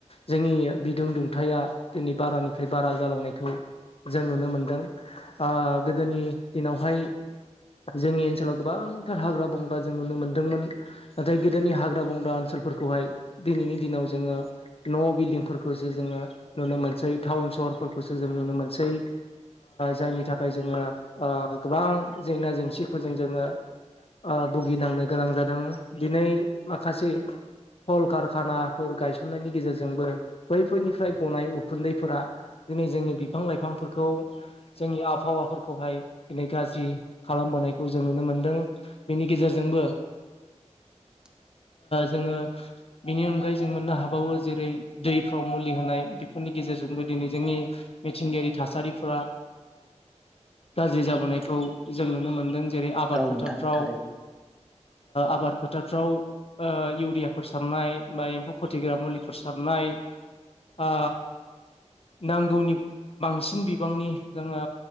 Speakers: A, on the left (about 50°); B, in the centre.
A: जोंनि बिदुं दुं दुंथाया दिनै बारानिफ्राय बारा जालांनायखौ जों नुनो मोनदों गोदोनि दिनावहाय जोंनि ओनसोलाव गोबांथार हाग्रा बंग्रा जों नुनो मोन्दोंमोन नाथाय गोदोनि हाग्रा बंग्रा ओनसोलाव फोरखौहाय दिनैनि दिनाव जोङो न' बिल्दिंफोरखौसो जोङो नुनो मोनसै टाउन सहरफोरखौसो जों नुनो मोनसै जायनि थाखाय जोङो गोबां जेंना जेंसिफोरजों जोङो भुगिनांनो गोनां जादों दिनै माखासे कल कारखानाफोर गायसननायनि गेजेरजोंबो बैफोरनि फफ्राय गनाय उखुन्दैफोरा दिनै जोंनि बिफां लाइफांफोरखौ जोंनि आबहावाफोरखौहाय दिनै गाज्रि खालामबोनायखौ जों नुनो मोनदों बेनि गेजेरजोंबो
B: <inaudible>
A: जोङो बिनि अनगायै जों मोननो हाबावो जेरै दैफ्राव मुलि होनाय बेफोरनि गेजेरजोंबो दिनै जोंनि मिथिंगायारि थासारिफोरा गाज्रि जाबोनायखौ जों नुनो मोनदों जेरै आबाद
B: औ
A: फोथारफ्राव
B: नोंथां थारैनो
A: आबाद फोथारफ्राव इउरियाफोर सारनाय बा एम्फौ फोथैग्रा मुलिफोर सारनाय आ नांगौनि बांसिन बिबांनि जोङो